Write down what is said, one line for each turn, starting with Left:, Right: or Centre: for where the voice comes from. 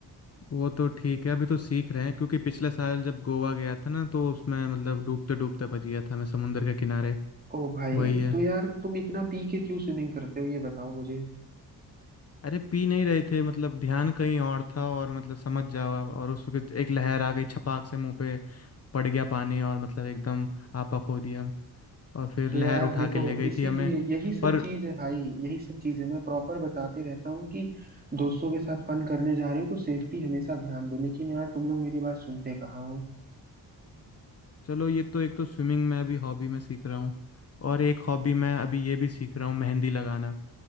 Left: वो तो ठीक है अभी तो सीख रहे हैं क्योंकि पिछले साल जब गोवा गया था ना तो उसमें मतलब डूबते डूबते बच गया था मैं समुंदर के किनारे
Right: ओ भाई
Left: वही है
Right: तो यार तुम इतना पी के क्यों स्विमिंग करते हो ये बताओ मुझे
Left: अरे पी नहीं रहे थे मतलब ध्यान कहीं और था और मतलब समझ जाओ आप और उस वक्त एक लहर आ गई छपाक से मुंह पे पड़ गया पानी और मतलब एकदम आपा खो दिया और फिर
Right: तो
Left: लहर
Right: यार
Left: उठा
Right: देखो
Left: के ले गई
Right: इसीलिए
Left: थी हमें
Right: यही सब
Left: पर
Right: चीज है भाई यही सब चीज है मैं प्रॉपर बताते रहता हूँ कि दोस्तों के साथ फन करने जा रहे हो तो सेफ्टी हमेशा ध्यान दो लेकिन यार तुम लोग मेरी बात सुनते कहाँ हो
Left: चलो ये तो एक तो स्विमिंग में अभी हॉबी में सीख रहा हूँ और एक हॉबी मैं अभी ये भी सीख रहा हूँ मेहंदी लगाना